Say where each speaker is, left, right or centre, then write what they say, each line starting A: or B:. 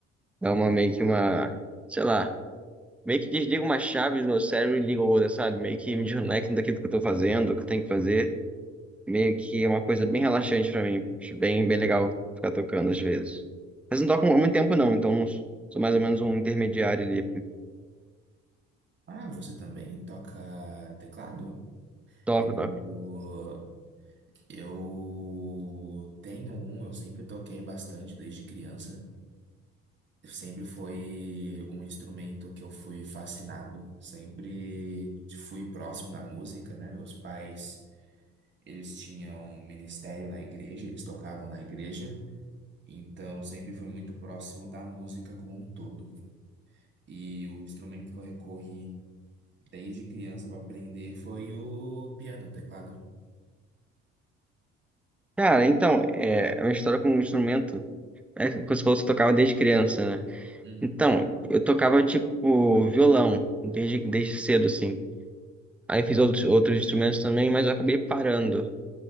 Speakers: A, in the centre; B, on the right (about 35°).
A: Dá uma meio que uma, sei lá, meio que desliga uma chave do meu cérebro e liga outra, sabe? Meio que me desconecta daquilo que eu tô fazendo, o que eu tenho que fazer. Meio que é uma coisa bem relaxante pra mim. Acho bem, bem legal ficar tocando às vezes. Mas não toco
B: Ah,
A: há muito tempo não, então não sou sou mais ou menos um intermediário ali.
B: ah, você também toca teclado?
A: Toco,
B: Eu,
A: toco.
B: eu tenho um, eu sempre toquei bastante desde criança. Sempre foi um instrumento que eu fui fascinado, sempre fui próximo da música, né? Meus pais, eles tinham um ministério na igreja, eles tocavam na igreja, então eu sempre fui muito próximo da música como um todo. E o instrumento que eu recorri desde criança para aprender foi o piano, o teclado.
A: Cara, então, é, a minha história com o instrumento é como você fosse eu tocava desde criança, né?
B: Uhum.
A: Então, eu tocava tipo violão desde, desde cedo, assim. Aí fiz outros, outros instrumentos também, mas eu acabei parando.